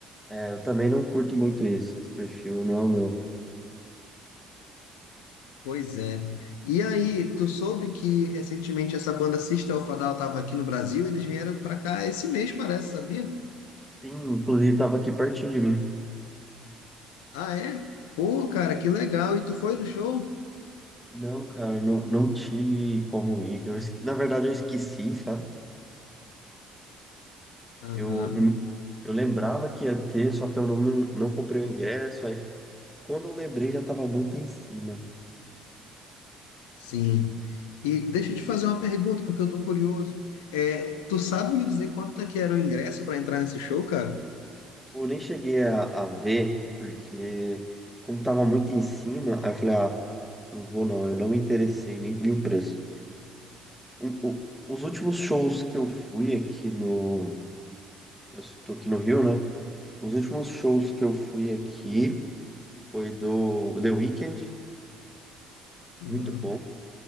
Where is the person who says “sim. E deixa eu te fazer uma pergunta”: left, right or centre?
Left